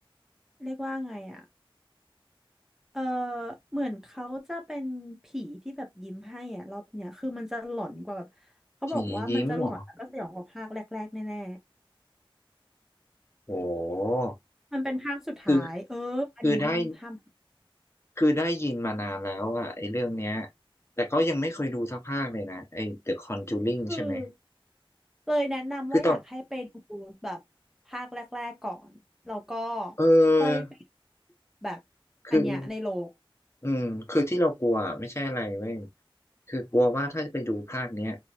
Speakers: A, in the centre; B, on the left.
A: เรียกว่าไงอ่ะเออเหมือนเขาจะเป็นผีที่แบบยิ้มให้อ่ะรอบเนี้ยคือมันจะหลอนกว่าแบบเขาบอกว่ามันจะหลอนแล้วก็สยองกว่าภาคแรกๆแน่
B: ผียิ้มเหรอโห
A: มันเป็นภาคสุดท้ายเอออันนี้ห้ามห้าม
B: คือคือได้ คือได้ยินมานานแล้วอะไอ้เรื่องเนี้ยแต่ก็ยังไม่เคยดูสักภาคเลยนะไอ้ The Conjuring
A: คือ
B: ใช่ไหม
A: เลยแนะนำว่าอยากให้ไปดูแบบภาคแรกๆก่อน
B: คือตอน
A: แล้วก็
B: เออ
A: ค่อยไปแบบ
B: คือ
A: อันเนี้ยในโรง
B: อืมคือที่เรากลัวไม่ใช่อะไรเว้ยคือกลัวว่าถ้าจะไปดูภาคเนี้ย